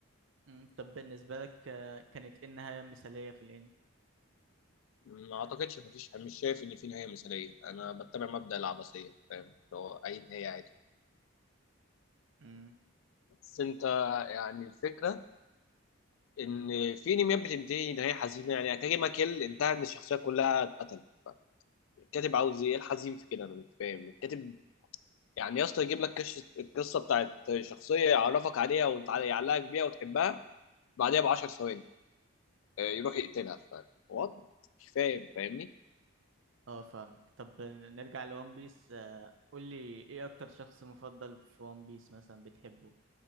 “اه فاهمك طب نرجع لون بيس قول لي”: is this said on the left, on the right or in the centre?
Right